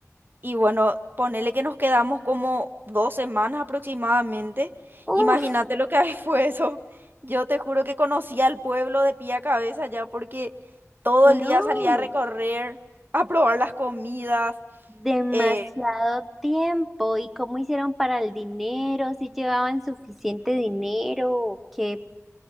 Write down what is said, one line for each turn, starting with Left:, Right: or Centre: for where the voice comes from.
Right: Y bueno, ponele que nos quedamos como dos semanas aproximadamente.
Centre: Uf,
Right: Imagínate lo que ahí <laughs> fue eso. Yo te juro que conocía el pueblo de pie a cabeza ya porque todo
Centre: no.
Right: el día salía a recorrer, a probar las comidas.
Centre: Demasiado
Right: eh,
Centre: tiempo. ¿Y cómo hicieron para el dinero? ¿Si llevaban suficiente dinero? ¿O ¿Qué?